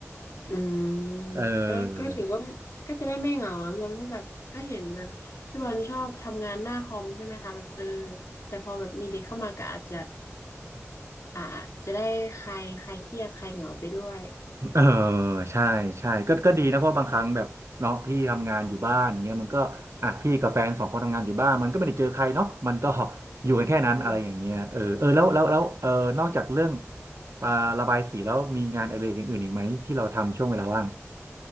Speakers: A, on the left (about 80°); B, on the right (about 65°).
A: อืม
B: เอ
A: ก็ก็ถือว่า
B: อ
A: ก็จะได้ไม่เหงาพี่บอลก็แบบก็เห็นแบบพี่บอลชอบทำงานหน้าคอมใช่ไหมคะแบบเออแต่พอแบบมีเด็กเข้ามาก็อาจจะอ่าจะได้คลายคลายเครียดคลายเหงาไปด้วย
B: เออใช่ใช่ก็ก็ดีนะเพราะบางครั้งแบบเนาะพี่ทำงานอยู่บ้านเงี้ยมันก็อ่ะพี่กับแฟนสองคนทำงานอยู่บ้านมันก็ไม่ได้เจอใครเนาะมันก็อยู่กันแค่นั้นอะไรอย่างเงี้ยเออเออแล้วแล้วแล้วเออนอกจากเรื่อง
A: อืม
B: อ่าระบายสีแล้วมีงานอะไรกอย่างอื่นอีกไหมที่เราทำช่วงเวลาว่าง